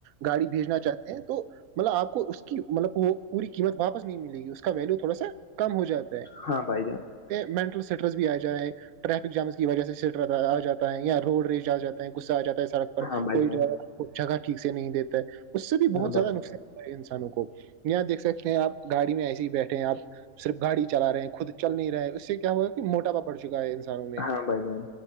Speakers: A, on the right; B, on the left.
A: گاڑی بھیجنا چاہتے ہیں تو مطلب آپ کو اس کی مطلب وہ پوری قیمت واپس نہیں ملے گی اس کا ویلو تھوڑا سا کم ہو جاتا ہے
B: ہاں بھائی جان
A: مینٹل اسٹریس بھی آ جائےائے ٹریفک جامس کی وجہ سے سٹ آ جاتا ہے یا روڈ ریج آ جاتا ہے غصہ آاتا ہے سڑک
B: ہاں بھائی
A: کوئی
B: جان
A: جگہ ٹھیک سے نہیں دیتا ہے اس سے بھی
B: ہاں
A: بہت
B: بھائی
A: زیادہ نقصان ہو انسانوں کو یہاں دھ سکتے ہیں آپ گاڑی میں ایسے ہی بیٹھے ہیں آپ صرف گاڑی چلا رہے ہیں خود چل نہیں رہے ہیں اس سے کیا ہوا موٹاپا پڑ چکا ہے انسانوں میں
B: ہاں بھائی جان